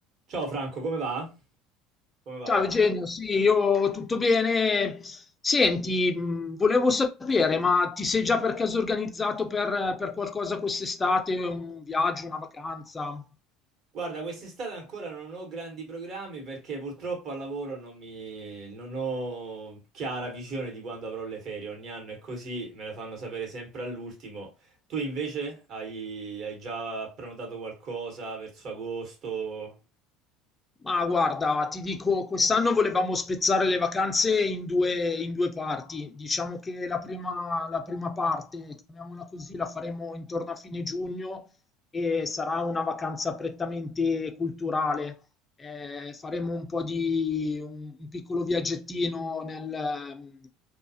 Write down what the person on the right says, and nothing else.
Ciao Franco, come va? Come va
oggi?
Guarda, quest'estate ancora non ho grandi programmi perché purtroppo al lavoro non mi... non ho chiara visione di quando avrò le ferie. Ogni anno è così, me lo fanno sapere sempre all'ultimo. Tu invece hai, hai già prenotato qualcosa verso agosto?